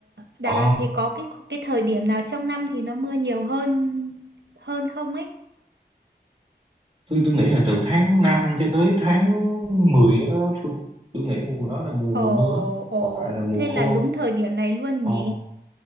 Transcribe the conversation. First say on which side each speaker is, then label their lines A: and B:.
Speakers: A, on the right; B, on the right.
A: Đà
B: ờ,
A: Lạt thì có cái cái thời điểm nào trong năm thì nó mưa nhiều hơn hơn không ấy
B: tôi tôi nghĩ là từ tháng 5 cho tới tháng mười á, Phương- tôi nghĩ mùa đó là mùa
A: ồ
B: mùa mưa á.
A: ồ
B: còn lại là mùa
A: thế
B: khô
A: là đúng thời điểm này luôn
B: ờ,
A: nhỉ